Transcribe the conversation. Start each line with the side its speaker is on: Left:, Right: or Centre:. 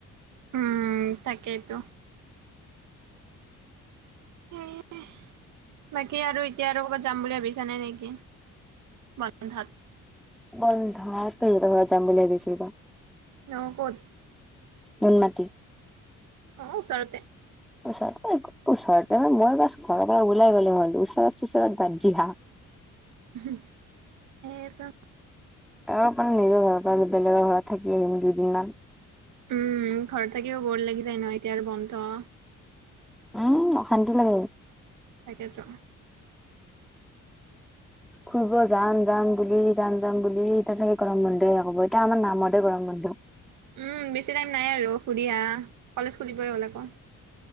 Right: উম তাকেইতো সে বাকী আৰু এতিয়া আৰু ক'বাত যাম বুলি ভাবিছা নে কি কি বন্ধ
Centre: বন্ধতেই তহতৰ ঘৰত যাম বুলি ভাবিছিলো বা
Right: অ ক'ত
Centre: নুনমাটি
Right: অ ওচৰতে
Centre: ওচৰতে ওচৰতে মানে মই বাচ ঘৰৰ পৰা ওলাই গ'লে হল ওচৰত ওচৰত বাদ দিয়া
Right: হুম এইটো
Centre: আৰু মানে নিজৰ ঘৰৰ পৰা বেলেগৰ ঘৰত থাকি আহিম দুদিনমান
Right: উম ঘৰত থাকিও বৰ লাগি যায় ন এতিয়া আৰু বন্ধ
Centre: উম অশান্তি লাগে
Right: তাকেইতো
Centre: ফুৰিব যাম যাম বুলি যাম যাম বুলি এতিয়া চাগে গৰম বন্ধ শেষ হব এতিয়া আমাৰ নামতে গৰম বন্ধ
Right: উম বেছি টাইম নাই আৰু সুধি আহ কলেজ খুলিবই হ'ল আকৌ